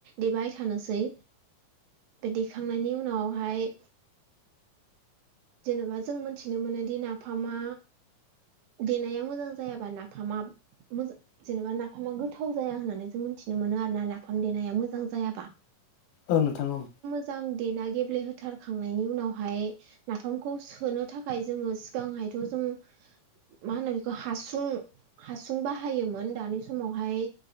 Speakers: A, on the right; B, on the left.
A: देबाय थानोसै बे देखांनायनि उनावहाय जेनेबा जों मोनथिनो मोनोदि नाफामा देनाया मोजां जायाबा नाफाम मोजां जेनेबा नाफामा गोथाव जाया होननानै जों मिथि मोनो आरोना नाफाम देनाया मोजां जायाबा
B: औ नोंथां औ
A: मोजां देना गेब्लेहोथारखांनायनि उनावहाय नाफामखौ सोनो थाखाय जोङो गांहायथ' जों मा होनो बेखौ हासुं हासुं बाहायोमोन दानि समावहाय